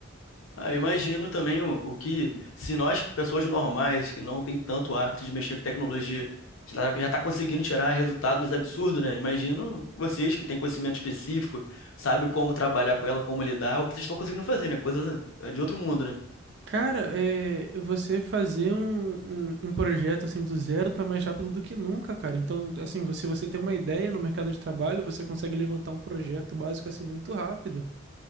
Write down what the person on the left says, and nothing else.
Ah, eu imagino também o, o que, se nós, pessoas normais, que não tem tanto hábito de mexer com tecnologia, já está conseguindo tirar resultados absurdos, né? Imagino vocês que têm conhecimento específico, sabem como trabalhar com ela, como lidar, o que vocês estão conseguindo fazer, né? Coisa de outro mundo, né?